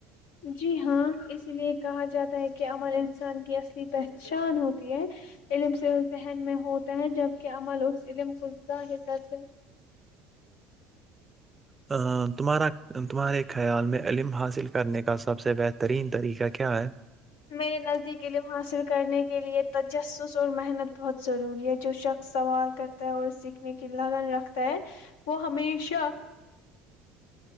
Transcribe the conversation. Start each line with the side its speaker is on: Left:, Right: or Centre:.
Left: جی ہاں اس لیے کہا جاتا ہے کہ کہ امن انسان کی اصلی پہچ شان ہوتا ہے علم سے ذہن میں ہوتا ہے جبکہ عمل اس علم کزاہ کرتے
Right: ا تمہارا تمہارے خیال میں علم حاصل کر کرنے کا سب سے بہترین طریقہ کیا ہے
Left: میرے نزدیک علم حاصل کرنے کے لئے تجسس اور محنت بہت ضروری ہے جو شخص سوال کرتا ہے اور سیکھنے کے لیے لگن رکھتا ہے وہ ہمیشہ